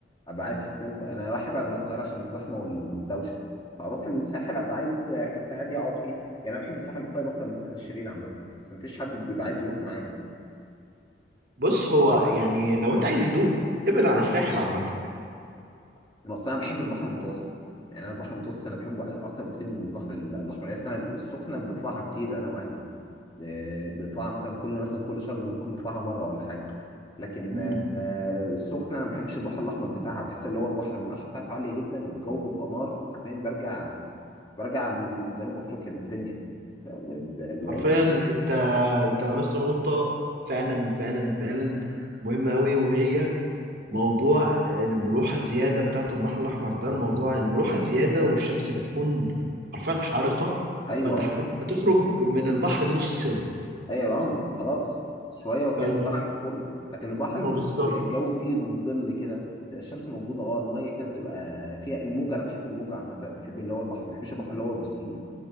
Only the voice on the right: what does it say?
بص هو يعني لو انت عايز هدوء ابعد عن الساحل عامة
امم
حرفيا انت انت لمست نقطة فعلا فعلا فعلا مهمة قوي وهي موضوع الملوحة الزيادة بتاعت البحر الأحمر ده الموضوع الملوحة الزيادة والشمس بتكون حرفيا حارقة
فانت حرفيا بتخرج من البحر النص سوا
فالموضوع
بالظبط